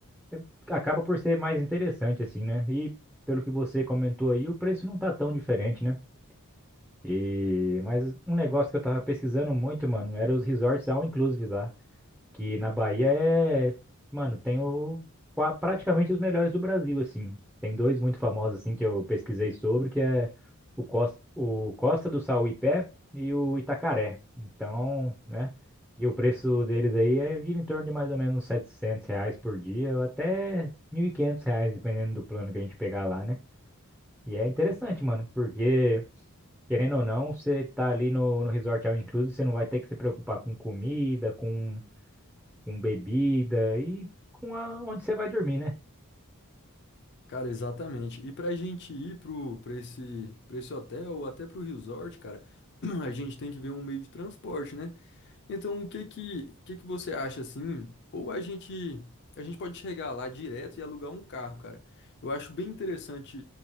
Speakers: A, in the centre; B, on the left (about 50°).
A: é- acaba por ser mais interessante, assim, né? E pelo que você comentou aí, o preço não tá tão diferente, né? E mas um negócio que eu tava pesquisando muito, mano, era os resorts all inclusive lá, que na Bahia é, mano, tem o qua- praticamente os melhores do Brasil assim. Tem dois muito famosos assim que eu pesquisei sobre, que é o Costa, o Costa do Sauípe e o Itacaré. Então, né? E o preço deles aí é gira em torno de mais ou menos uns 700 reais por dia, ou até 1.500 reais, dependendo do plano que a gente pegar lá, né? E é interessante, mano, porque Querendo ou não, você tá ali no, no resort all inclusive, você não vai ter que se preocupar com comida, com, com bebida e com a, onde você vai dormir, né?
B: Cara, exatamente. E pra gente ir pro, pra esse, pra esse hotel ou até pro resort, cara, <clears throat> a gente tem que ver um meio de transporte, né? Então, o que que, que que você acha assim? Ou a gente a gente pode chegar lá direto e alugar um carro, cara. Eu acho bem interessante